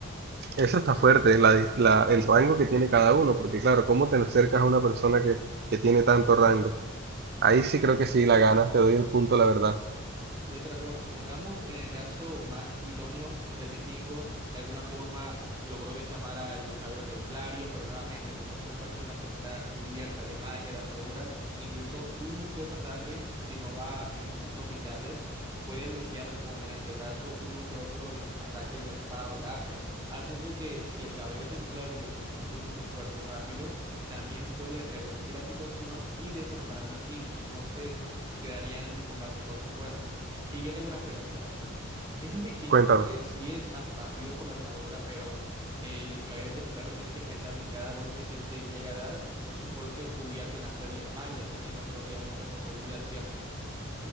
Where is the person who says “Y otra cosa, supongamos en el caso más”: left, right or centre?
Right